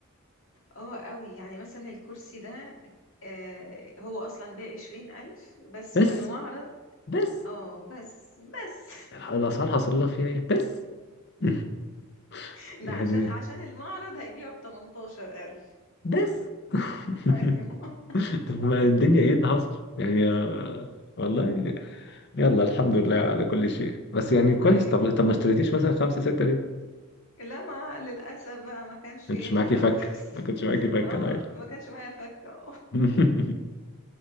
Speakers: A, on the left; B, on the left.
A: اه قوي يعني مثلا الكرسي ده آه، هو اصلا بعشرين الف بس
B: بس
A: في المعرض
B: بس
A: اه بس بس
B: الاسعار حصل لها فيها ايه بس <laughs>
A: <laughs>
B: يعني
A: ده عشان عشان المعرض هيبيعه بتمنتاشر الف
B: بس <laughs>
A: <laughs> ايوه
B: طب ما الدنيا ايه اللي حصل يعني آه، والله يلا الحمد لله على كل شيء بس يعني كويس
A: ايوه
B: طب طب ما اشتريتيش مثلا خمسة ستة ليه؟
A: لا ما للاسف بقى ما كانش
B: ما
A: ينفع
B: كنتش معاكي فك
A: <laughs> بس
B: ما كنتش معاكي فك
A: ما
B: انا عارف
A: ما كانش معايا فكه
B: <laughs>